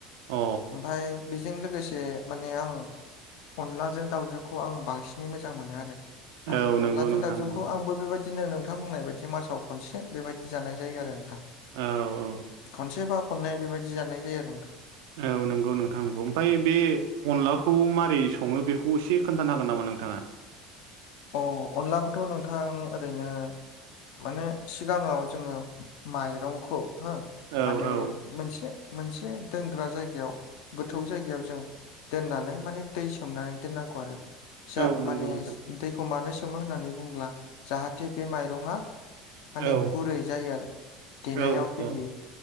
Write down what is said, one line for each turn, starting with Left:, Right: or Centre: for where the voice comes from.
Right: अ
Left: ओमफ्राय बेजों लोगोसे से माने आं अनलाजों दाउजोंखौ आं बांसिनै मोजां मोनो आरो
Right: अ
Left: आं
Right: औ नंगौ
Left: अनलाजों
Right: नोंथां
Left: दावजोंखौ
Right: नंगौ
Left: आंबो बेबायदि दिननो नोंथां बुंनाय बायदि मासाव खनसे बेबायदि जानाय जायो आरो नोंथां
Right: औ औ
Left: खनसेबा खननै बेबायदि जानाय जायो आरो नोंथां
Right: औ नंगौ नोंथां नंगौ ओमफ्राय बे अनलाखौ मारै सङो बेखौ एसे खोन्थानो हागोन नामा नोंथाङा
Left: औ अनलाखौथ' नोंथां ओरैनो माने सिगाङाव जोङो माइरंखौ हो
Right: औ
Left: माने
Right: औ
Left: मोनसे मोनसे दोनग्रा जायगायाव गोथौ जायगायाव जों दोननानै माने दै सोमनानै दोननांगौ आरो जा
Right: औ नंगौ
Left: माने
Right: नोंथां
Left: दैखौ मानो सोमो होननानै बुंङोब्ला जाहाथे बे माइरङा माने
Right: औ
Left: गुरै जायो आरो देनायाव
Right: औ
Left: गेब्लेयो
Right: औ